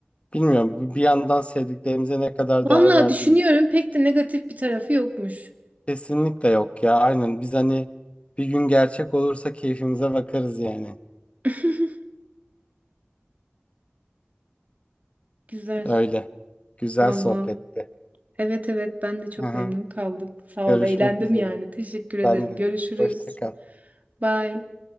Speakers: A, on the left (about 30°); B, on the right (about 40°).
A: Bilmiyorum bu bir yandan sevdiklerimize ne kadar değer
B: Vallahi
A: verdiğimiz
B: düşünüyorum pek de negatif bir tarafı yokmuş.
A: kesinlikle yok ya. Aynen biz hani bir gün gerçek olursa keyfimize bakarız yani.
B: <laughs> Güzel.
A: Öyle. Güzel
B: Valla.
A: sohbetti.
B: Evet evet ben de çok
A: Hı hı.
B: memnun kaldım. Sağ
A: Görüşmek
B: ol. Eğlendim
A: üzere.
B: yani. Teşekkür ederim.
A: Ben de.
B: Görüşürüz.
A: Hoşça kal.
B: Bye.